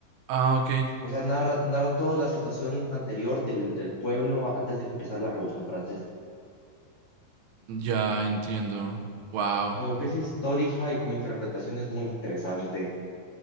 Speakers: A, on the right; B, on the left.
A: Ah, ok. Eh,
B: o sea, narra, narra toda la situación anterior del, del pueblo antes de que empezara la Revolución Francesa.
A: ya entiendo. Wow.
B: Como pieza histórica y como interpretación es muy interesante.